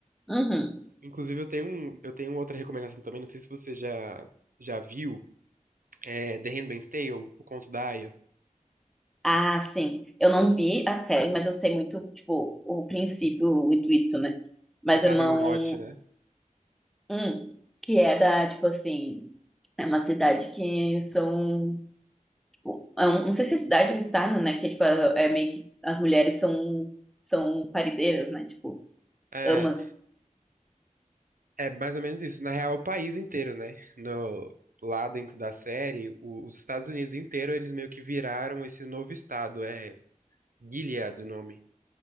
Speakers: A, in the centre; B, on the right.
A: Uhum.
B: Inclusive, eu tenho, um, eu tenho outra recomendação também. Não sei se você já, já viu. É The Handmaid's Tale, O Conto da Aia.
A: Ah, sim. Eu não vi a série, mas eu sei muito, tipo, o princípio, o intuito, né? Mas
B: Você sabe
A: eu não.
B: o mote, né?
A: Hum, que é da, tipo assim. É uma cidade que são. tipo, é um- não sei se é cidade ou estado, né? Que é, tipo, é é meio que as mulheres são, são parideiras, né? Tipo,
B: É,
A: Amas.
B: é mais ou menos isso. Na real, é o país inteiro, né? No, lá dentro da série, o- os Estados Unidos inteiro, eles meio que viraram esse novo estado. É Gilead o nome.